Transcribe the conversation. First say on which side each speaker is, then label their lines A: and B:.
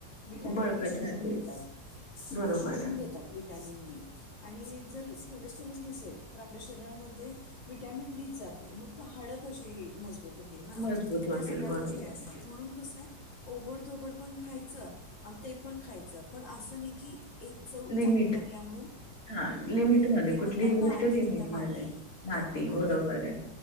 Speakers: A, on the left; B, on the left.
A: विटॅमिन
B: बळकट
A: डी शोषून
B: राहतील
A: घेतात
B: बरोबर
A: शोषून
B: आहे
A: घेतात विटॅमिन डी आणि जर कोलेस्ट्रॉलच नसेल तर आपल्या शरीरामध्ये विटॅमिन डीच जात नाही मग हाड कशीही मजबूत होतील ना
B: मजबूत होतील
A: ह्या सगळ्या
B: बरोबर
A: गोष्टी असतात म्हणून कस आहे ओबडधोबड पण खायचं आणि ते पण खायचं पण असं नाही की एक चव
B: लिमिट
A: चांगली लागलिया म्हणून
B: हा
A: हम्म
B: लिमिटमध्ये
A: ते म्हणतात
B: कुठलीही
A: ना
B: गोष्ट
A: आती
B: लिमिटमध्ये
A: तिथं माती
B: माती
A: त्या पद्धतीनं
B: बरोबर आहे